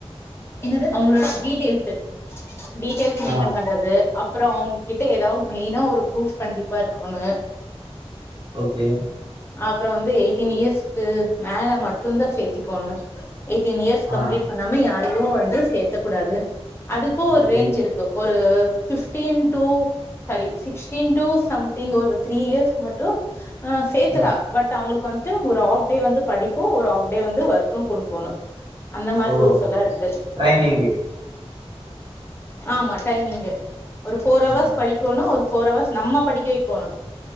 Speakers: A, on the left; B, on the right.
A: என்னது அவங்களோட டீட்டெயல்ஸ் டீட்டெய்ல்ஸ் மெய்ன்டர்ன்
B: ஆ
A: பண்றது அப்பறொ அவங்ககிட்ட எதாவது மெயினா ஒரு ப்ரூஃப் கண்டிப்பா இருக்கனு
B: ஓகே
A: அப்றோ வந்து எயிட்டீன் இயர்ஸ்க்கு மேல மட்டுந்தா சேர்த்திக்கனு எயீட்டின் இயர்ஸ்
B: ஆ
A: கம்ப்ளீ்ட் பண்ணாம யார் லுலுவு வந்து சேத்துக் கூடாது அதுக்கு ஒரு
B: ஓகே
A: ரேஞ்ச் இருக்கு ஒரு கு years fifteen to sorry sixteen to something ஒரு த்ரீ இயர்ஸ்கு மட்டு ஆஹ் சேர்த்தலா
B: ஆ
A: பட் அவுங்களுக்கு வந் து ஒரு ஹாஃப் டே வந்து படிப்பு ஒரு ஹாஃப் டே வந்து ஒர்க்கு குடுக்கணு அந்த மாரி
B: ஓ
A: ரூல்ஸ்ஸெல்லா இருக்
B: ட்ரைனிங்
A: ஆமா டைமிங்கு ஒரு ஃபோர் அவர்ஸ்
B: ஆ
A: படிக்கோணு ஒரு ஃபோர் அவர்ஸ் நம்ம படிக்க வைக்கோணு